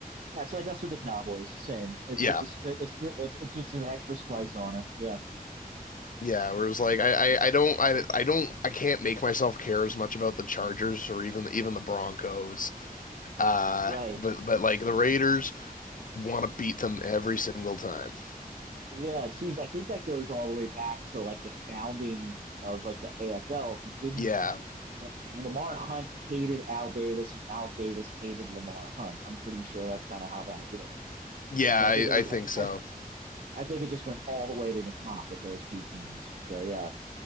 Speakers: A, on the right; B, on the left.
A: Yeah, it's like us with the Cowboys. Same. It's
B: Yeah.
A: just a sp- it's re- it's it's just an extra splice on it. Yeah.
B: Yeah, where it's like I, I I don't I I don't I can't make myself care as much about the Chargers or even even the Broncos. Uh
A: Right.
B: but but like the Raiders want to beat them every single time.
A: Yeah, it seems I think that goes all the way back to like the founding of like the AFL because didn't
B: Yeah.
A: L- Lamar Hunt hated Al Davis and Al Davis hated Lamar Hunt. I'm pretty sure that's kind of how that worked.
B: Yeah,
A: So
B: I,
A: I think it would
B: I think
A: I, th-
B: so.
A: I I think it just went all the way to the top with those two teams. So yeah,